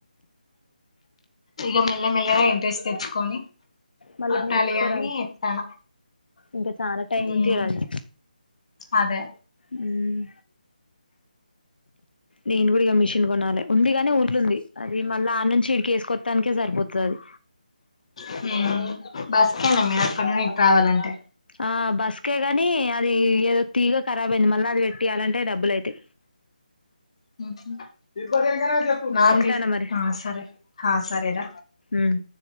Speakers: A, on the left (about 40°); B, on the left (about 80°).
A: ఇగ మెల్ల మెల్లగా ఇంట్రెస్ట్ తెచ్చుకొని
B: మళ్ళా
A: కుట్టాలి
B: నేర్చుకోరాదు.
A: అని ఎత్తాను
B: ఇంకా చాలా టైం
A: ఉమ్,
B: తీరాలి
A: అదే
B: హ్మ్ నేను కూడా ఇక మిషన్ కొనాలి ఉంది. కాగాని ఊర్లు ఉంది. అది మళ్ళీ ఆన్నంచి ఇడికి వేసుకోత్తానికే సరిపోతది. అది
A: హ్మ్ బస్కేనా మీరు అక్కడ నుండి <unintelligible> రావాలంటే
B: ఆ బస్కే గాని అది ఏదో తీగ కరాబ్ అయింది. మళ్ళా అది పెట్టియాలన్ అంటే డబ్బులయితే
A: హుహ్మ్ నాకే
B: ఉంటాను మరి
A: ఆ సరే ఆ సరేర
B: ఉమ్.